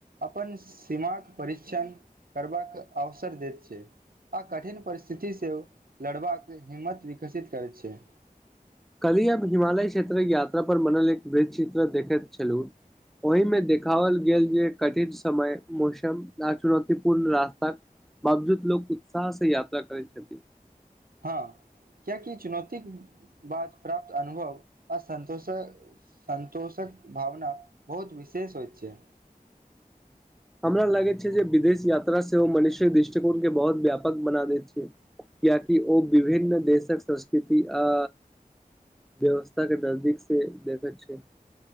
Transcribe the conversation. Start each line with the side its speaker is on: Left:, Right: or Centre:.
Right: अपन सीमाक परीक्षण करबाक अवसर देत छै आ कठिन परिस्थितिसँ लड़बाक हिम्मत विकसित करैत छै
Centre: कैल्हि हम हिमालय क्षेत्रक यात्रा पर बनल एक वृतचित्र देखैत छलहुँ ओहिमे देखाओल गेल जे कठिन समय मौसम आ चुनौतीपूर्ण रास्ता बाबजूद लोक उत्साह से यात्रा करैत छथि
Right: हँ कियाकि चुनौतीक बाद प्राप्त अनुभव असन्तोषऽ सन्तोषक भावना बहुत विशेष होइत छै
Centre: हमरा लगैत छै जे विदेश यात्रा सेहो मनुष्यक दृष्टिकोण के बहुत व्यापक बना दैत छै कियाकि ओ विभिन्न देशक संस्कृति आ। व्यवस्था के नजदीक से देखैत छै।